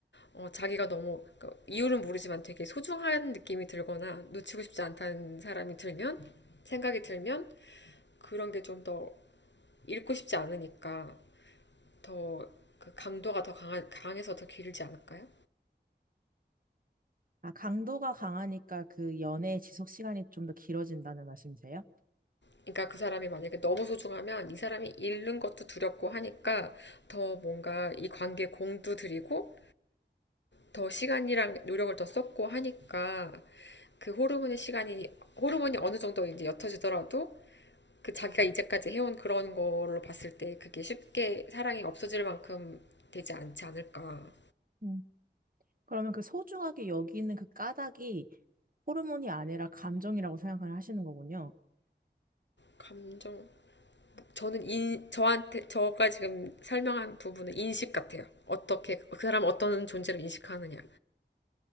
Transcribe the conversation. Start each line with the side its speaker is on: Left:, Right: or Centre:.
Left: 어, 자기가 너무 그러니까 이유는 모르지만 되게 소중한 느낌이 들거나 놓치고 싶지 않다는 사람이 들면 생각이 들면 그런 게 좀 더 읽고 싶지 않으니까 더 그 강도가 더 강한, 강해서 더 길지 않을까요?
Right: 아, 강도가 강하니까 그 연애의 지속 시간이 좀 더 길어진다는 말씀이세요?
Left: 그러니까 그 사람이 만약에 너무 소중하면 이 사람이 잃는 것도 두렵고 하니까 더 뭔가 이 관계에 공도 들이고 더 시간이랑 노력을 더 썼고 하니까 그 호르몬의 시간이 호르몬이 어느 정도 이제 옅어지더라도 그 자기가 이제까지 해온 그런 걸로 봤을 때 그게 쉽게 사랑이 없어질 만큼 되지 않지 않을까.
Right: 음. 그러면 그 소중하게 여기는 그 까닭이 호르몬이 아니라 감정이라고 생각을 하시는 거군요.
Left: 감정, 저는 인, 저한테, 저가 지금 설명한 부분은 인식 같아요. 어떻게, 그 사람 어떤 존재를 인식하느냐.